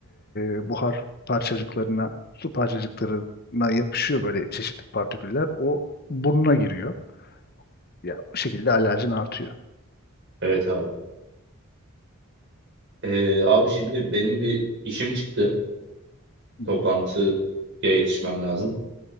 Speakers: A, on the left; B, on the right.
A: e, buhar parçacıklarına, su parçacıklarına yapışıyor böyle çeşitli partiküller. O burnuna giriyor. Ya bu şekilde alerjin artıyor.
B: Evet abi. Ee, abi şimdi benim bir işim çıktı.
A: Hı
B: Toplantıya
A: hı.
B: yetişmem lazım.